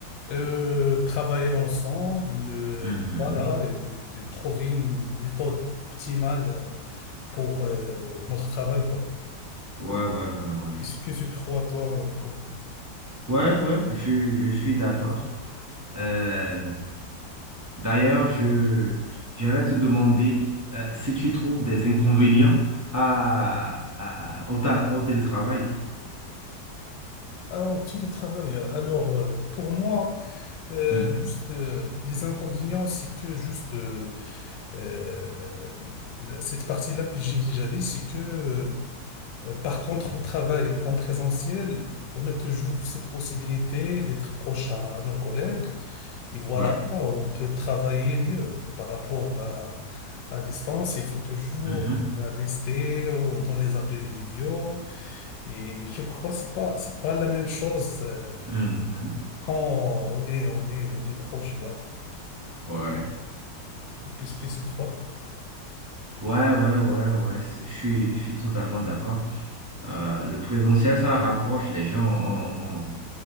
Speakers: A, on the left; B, on the right.
A: euh, travailler ensemble, euh,
B: Mhm.
A: et voilà, et de, de trouver une méthode optimale euh, pour euh, notre travail, quoi.
B: Ouais, ouais, ouais, ouais.
A: Qu'est-ce que tu crois, toi? Paul
B: Ouais, ouais, je, je suis d'accord. Euh, D'ailleurs, je, j'allais te demander euh, si tu trouves des inconvénients à, à- au, tal- au télétravail.
A: Ah, au télétravail. Alors, euh, pour moi, euh,
B: Mhm.
A: juste, euh, les inconvénients, c'est que juste euh, Euh, la- cette partie-là que j'ai déjà dit, c'est que euh, par contre, le travail en présentiel, on a toujours cette possibilité d'être proche à nos collègues et voilà,
B: Ouais,
A: on peut travailler mieux par rapport à, à distance. Il faut toujours
B: Mhm,
A: euh, rester euh, dans les appels vidéo et je crois que c'est pas c'est pas la même chose euh,
B: mhm.
A: quand on est on est on est proche. ouais.
B: ouais.
A: Qu'est-ce que c'est que trois?
B: Ouais, ouais, ouais, ouais, c'est- je suis, je suis totalement d'accord. Euh, le présentiel, ça rapproche les gens, on,